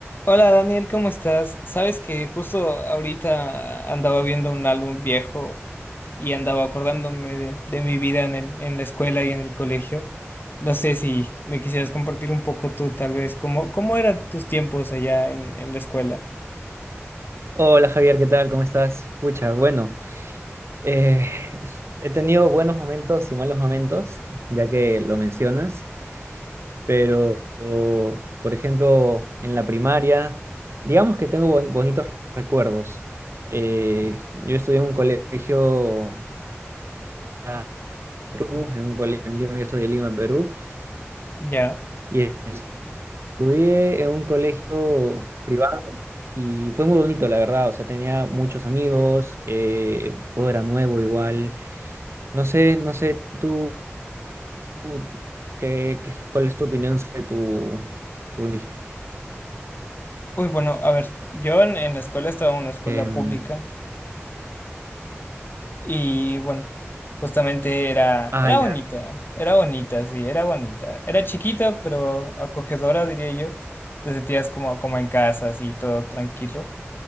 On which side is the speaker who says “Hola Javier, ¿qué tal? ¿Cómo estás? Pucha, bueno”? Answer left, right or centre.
Right